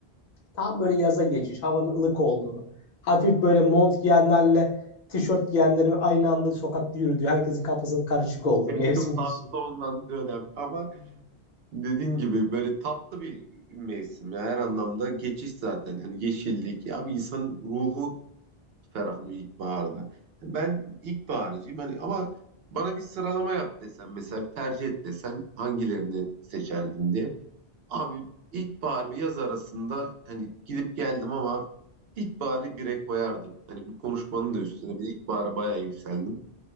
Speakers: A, on the left (about 50°); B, on the right (about 70°).
A: tam böyle yaza geçiş, havanın ılık olduğu. Hafif böyle mont giyenlerle tişört giyenlerin aynı anda sokakta yürüdüğü, herkesin kafasının karışık olduğu
B: En
A: mevsim
B: çok
A: geçişi.
B: hasta olunan dönem. Ama dediğin gibi böyle tatlı bir mevsim. Ya her anlamda geçiş zaten. Hani yeşillik. Ya bir insanın ruhu ferahlıyor ilkbaharda. Ben ilkbaharcıyım hani ama bana bir sıralama yap desen mesela bir tercih et desen hangilerini seçerdin diye. Abi ilkbahar ve yaz arasında hani gidip geldim ama ilkbaharı bire koyardım. Hani bu konuşmanın da üstüne bir ilkbahara bayağı yükseldim.